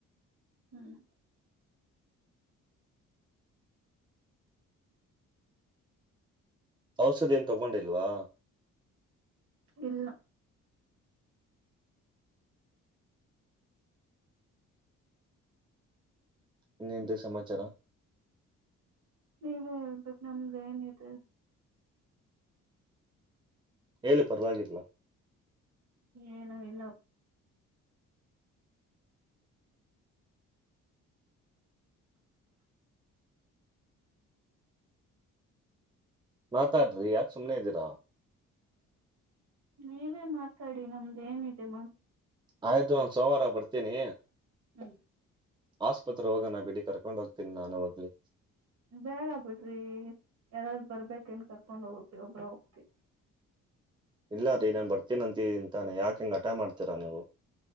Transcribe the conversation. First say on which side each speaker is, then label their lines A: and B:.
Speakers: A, on the right (about 60°); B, on the right (about 15°).
A: ಹ್ಮ್
B: ಔಷಧ ಏನ್ ತಗೊಂಡಿಲ್ವಾ.
A: ಇಲ್ಲ
B: ಇನ್ನೇನ್ರೀ ಸಮಾಚಾರ.
A: ನೀವೇ ಹೇಳ್ಬೇಕು ನಮ್ದ ಏನ್ ಇದೆ.
B: ಹೇಳಿ ಪರ್ವಾಗಿಲ್ಲ.
A: ಏನು ಇಲ್ಲಪ್ಪ
B: ಮಾತಾಡ್ರಿ ಯಾ ಸುಮ್ಮ್ನೆದಿರಾ
A: ನೀವೇ ಮಾತಾಡಿ ನಮ್ದು ಏನಿದೆ ಮಾತ
B: ಆಯ್ತು ನಾನು ಸೋಮವಾರ ಬರ್ತೀನಿ
A: ಹ್ಮ್
B: ಆಸ್ಪತ್ರೆ ಹೋಗೋಣ ಬಿಡಿ ಕರ್ಕೊಂಡ್ ಹೋಗ್ತೀನಿ ನಾನು ಹೋಗ್ಲಿ
A: ಬೇಡ ಬಿಡ್ರಿ ಯಾರಾದ್ರು ಬರ್ಬೇಕೆನ್ ಕರ್ಕೊಂಡ್ ಹೋಗೋಕೆ ಒಬ್ರ ಹೋಗ್ತಿವಿ
B: ಇಲ್ಲ ರೀ ನಾನ್ ಬರ್ತೀನ ಅಂತ ಇದೀನಿ ಯಾಕ ಹಿಂಗ ಹಠ ಮಾಡ್ತೀರಾ ನೀವು